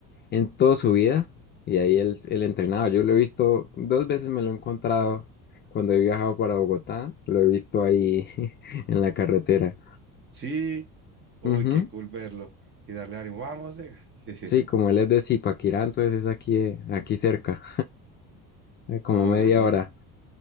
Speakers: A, on the left (about 30°); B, on the right (about 35°).
A: en toda su vida. Y ahí él, él entrenaba. Yo lo he visto dos veces, me lo he encontrado cuando he viajado para Bogotá. Lo he visto ahí <laughs> en la carretera.
B: Sí, Uy,
A: Ujú.
B: qué cool verlo y darle ánimo. Vamos. eh". <laughs>
A: Sí, como él es de Zipaquirá, entonces es aquí, eh, aquí cerca, eh, como
B: Oh,
A: media
B: buenísimo.
A: hora.